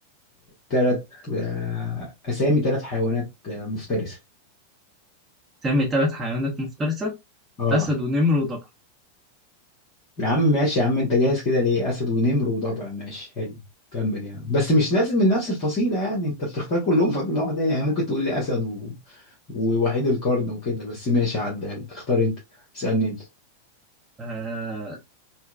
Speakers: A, on the left; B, on the right.
A: ثلاث آه أسامي ثلاث حيوانات آه مفترسة
B: سامي ثلاث حيوانات مفترسة
A: اه
B: أسد ونمر وضبع
A: يا عم ماشي يا عم انت جاهز كده ليه أسد ونمر وضبع ماشي حلو كمل يعني بس مش لازم من نفس الفصيلة يعني انت بتختار كلهم فصيلة واحدة يعني ممكن تقول لي أسد و... ووحيد القرن وكده بس ماشي عدها لك اختار انت اسألني
B: آه